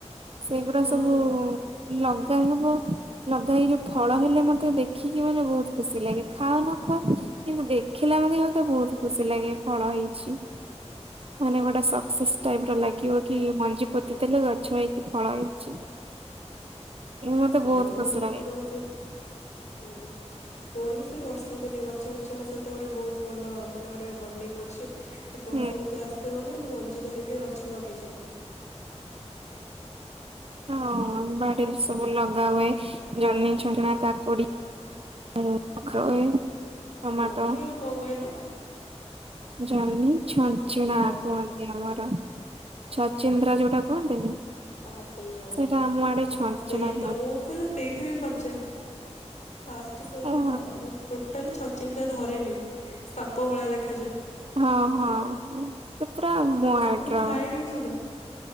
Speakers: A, on the right (about 55°); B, on the left (about 85°).
A: ସେଇଗୁଡା
B: ହଁ
A: ସବୁ
B: ହଁ
A: ଲଗ୍ ତାହେଲେ ମୁଁ ଲଗାଏ ଏ ଯୋଉ ଫଳ ହେଲେ ମତେ ଦେଖିକି ମାନେ ବୋହୁତ ଖୁସି ଲାଗେ ଖାଅନ ନଖାଅ କିନ୍ତୁ ଦେଖିଲା ମାନେ ମତେ ବୋହୁତ ଖୁସି ଲାଗେ। ଫଳ ହେଇଛି ମାନେ ଗୋଟେ ସକ୍ସେସ୍ ଟାଇପର ଲାଗିବ କି ମଞ୍ଜି ପୋତି ଥିଲୁ ଗଛ ହେଇକି ଫଳ ହେଇଛି। ଏ ମତେ
B: ଦେଇ
A: ବହୁତ
B: ମୁଁ
A: ଖୁସି
B: ସେମାନଙ୍କ
A: ଲାଗେ
B: ସହିତ ହୁଁ ମୋର ବି ସେଇ ବର୍ଷ ବର୍ଷା ଦିନେ ଗଛ ବୃଛଙ୍କ ସହିତ ଗୋଟେ ବୋହୁତ ଭଲ ମାନେ ଗୋଟେ ବଣ୍ଡିଙ୍ଗ ଅଛି। ବର୍ଷା
A: ହୁଁ।
B: ଋତୁ ଆସିବ ମାନେ ମୁଁ ମଞ୍ଜି ଧରିକି ଗଛ ଲଗେଇ ଚାଲେ।
A: ହଁ ବାଡିରେ ସବୁ ଲଗା ହୁଏ, ଜହ୍ନି ଛଞ୍ଚଣା କାକୁଡି ଲଗା ହୁଏ। ଟମାଟୋ
B: ଜହ୍ନି ଆଉ କଣ କହିଲ?
A: ଜହ୍ନି ଛଞ୍ଚଣା
B: ହଁ
A: କୁହନ୍ତି ଆମର ଛଚିନ୍ଦ୍ରା ଯୋଉଟା କୁହନ୍ତିନି
B: ଓହୋ ସେଇଆ ଅ
A: ସେଇଟା ଆମ ଆଡେ ଛଞ୍ଚିଣା
B: ସେଇ
A: କୁହନ୍ତି।
B: ତ ମୁଁ ପା ସେଇଥିପାଇଁ ପଚାରିଲି ଫାଷ୍ଟ ଶୁଣିଲି
A: ହଁ
B: ତ ମୁଁ ଟୋଟାଲି ଛଛିନ୍ଦ୍ରା ଧରେନି ସାପ ଭଳିଆ ଦେଖ
A: ହଁ ହଁ ସେ ପୁରା। <unintelligible>
B: ମୁଁ ସେଥିପାଇଁ ଖାଏନି ସୁଧା